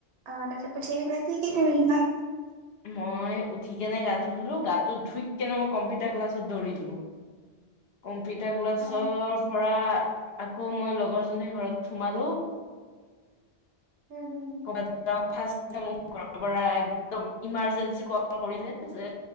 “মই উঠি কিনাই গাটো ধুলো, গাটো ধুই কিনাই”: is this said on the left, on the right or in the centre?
Left